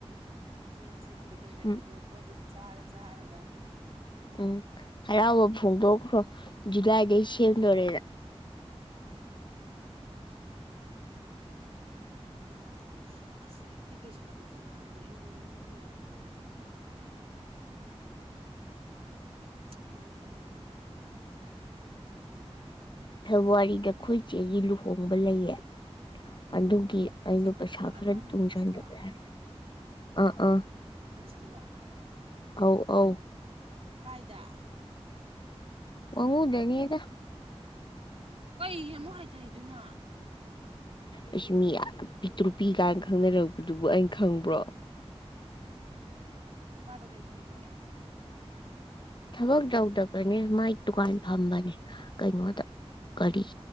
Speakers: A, on the right (about 65°); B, on the left (about 45°).
A: ꯖꯨꯟꯁꯤꯗꯤ ꯂꯣꯏꯍꯟꯈ꯭ꯔꯣꯕ
B: ꯎꯝ
A: ꯑꯗꯨꯝ ꯆꯥꯔ ꯆꯥꯔꯒ
B: ꯎꯝ ꯍꯔꯥꯎꯕ ꯐꯣꯡꯗꯣꯛꯈ꯭ꯔꯣ ꯖꯨꯂꯥꯏꯗꯒꯤꯩ ꯁꯦꯝꯗꯣꯔꯦꯔ
A: ꯎꯝ ꯌꯥꯝ ꯇꯜꯂꯦ ꯑꯁ ꯚ ꯄꯩꯁꯥꯗꯨ ꯆꯪꯉꯛꯑꯗꯤ ꯑꯩ ꯂꯩꯅꯤꯡꯕ ꯌꯥꯝ ꯂꯩ ꯍꯥꯏꯕ ꯑꯩ ꯂꯩꯅꯤꯡꯕꯂꯦ ꯅꯤꯡ ꯄꯗꯅꯤ ꯍꯧꯖꯤꯛ
B: ꯐꯦꯕꯋꯥꯔꯤꯗ ꯑꯩꯈꯣꯏ ꯆꯦꯒꯤ ꯂꯨꯍꯣꯡꯕ ꯂꯩꯌꯦ ꯑꯗꯨꯒꯤ
A: ꯅꯣꯏ
B: ꯑꯩꯗꯣ
A: ꯆꯦ ꯀꯔꯝꯕ
B: ꯄꯩꯁꯥ ꯈꯔ
A: ꯑꯃ
B: ꯇꯨꯡꯁꯤꯟꯂꯕꯦ
A: ꯅꯔꯁꯇꯣ
B: ꯍꯥꯏꯔꯣꯏ ꯑꯥ ꯑ
A: ꯀꯇꯔꯥ
B: ꯑꯧ ꯑꯧ
A: ꯀꯥꯏꯗ
B: ꯋꯥꯉꯎꯗꯅꯤꯗ
A: ꯀꯩ ꯑꯃꯨꯛ ꯍꯥꯏꯊꯩꯗꯨꯅ
B: ꯑꯩꯁꯨ ꯃꯤ ꯇ꯭ꯔꯨꯄꯤ ꯀꯥꯏꯅ ꯈꯪꯅꯔꯛꯄꯗꯨꯕꯨ ꯑꯩꯅ ꯈꯪꯕ꯭ꯔꯣ
A: ꯅꯨꯄꯥꯗꯣ ꯀꯔꯤ ꯊꯕꯛ ꯇꯧꯒꯦ
B: ꯊꯕꯛ ꯇꯧꯗꯕꯅꯦ ꯃꯥꯏ ꯗꯨꯀꯥꯟ ꯐꯝꯕꯅꯦ ꯀꯩꯅꯣꯗ
A: ꯑꯣ
B: ꯀꯔꯤ